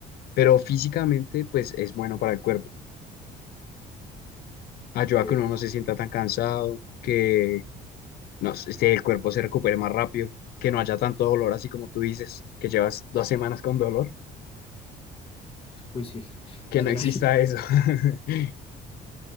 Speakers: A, on the left (about 65°); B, on the left (about 35°).
A: Pero físicamente, pues es bueno para el cuerpo. Ayuda
B: ok.
A: a que uno no se sienta tan cansado, que no, sé, este, el cuerpo se recupere más rápido, que no haya tanto dolor, así como tú dices, que llevas dos semanas con dolor,
B: Uy, sí. <laughs>
A: que
B: Ay,
A: no
B: ay,
A: exista
B: ay.
A: eso. <laughs>